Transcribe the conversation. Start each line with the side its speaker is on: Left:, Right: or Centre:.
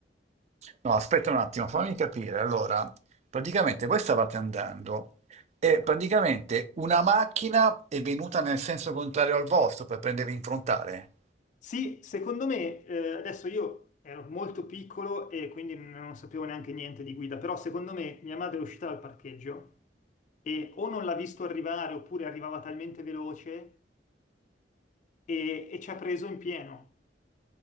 Right: No, aspetta un attimo, fammi capire. Allora, praticamente voi stavate andando e praticamente una macchina è venuta nel senso contrario al vostro per prendervi in frontale.
Left: Sì, secondo me, eh, adesso io ero molto piccolo e quindi non sapevo neanche niente di guida, però secondo me mia madre è uscita dal parcheggio e o non l'ha visto arrivare oppure arrivava talmente veloce e, e ci ha preso in pieno.